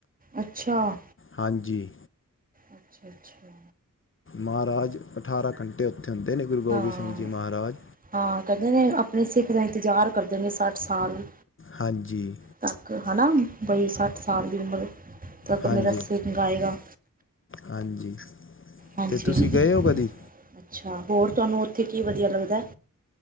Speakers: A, on the right; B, on the left.
A: ਅੱਛਾ
B: ਹਾਂਜੀ
A: ਅੱਛਾ-ਅੱਛਾ
B: ਮਹਾਰਾਜ ਅਠਾਰਾਂ ਘੰਟੇ ਉੱਥੇ ਹੁੰਦੇ ਨੇ ਗੁਰੂ ਗੋਬਿੰਦ
A: ਹਾਂ
B: ਸਿੰਘ ਜੀ ਮਹਾਰਾਜ
A: ਹਾਂ ਕਹਿੰਦੇ ਨੇ, ਆਪਣੇ ਸਿੱਖ ਦਾ ਇੰਤਜ਼ਾਰ ਕਰਦੇ ਨੇ ਸੱਠ ਸਾਲ
B: ਹਾਂਜੀ
A: ਤੱਕ ਹਨਾ, ਬਈ ਸੱਠ ਸਾਲ ਦੀ ਉਮਰ ਤੱਕ
B: ਹਾਂਜੀ
A: ਮੇਰਾ ਸਿੰਘ ਆਏਗਾ
B: ਹਾਂਜੀ
A: ਹਾਂਜੀ-ਹਾਂਜੀ
B: ਤੇ ਤੁਸੀਂ ਗਏ ਹੋ ਕਦੀ
A: ਅੱਛਾ ਹੋਰ ਤੁਹਾਨੂੰ ਉੱਥੇ ਕੀ ਵਧੀਆ ਲੱਗਦਾ।